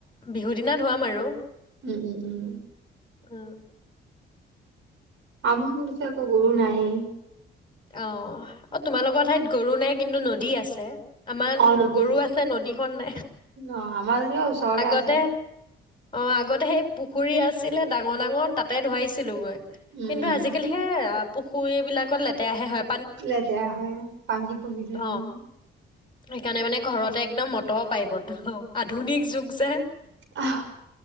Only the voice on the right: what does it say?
উম উম উম
আমি মোৰছ এ এক গৰু নাই
অ নদী
অ আমাৰ যেনিবা ওচৰতে
আছে
উম
উম
লেতেৰা হয় পানী কমি যায়
আৰু
আহ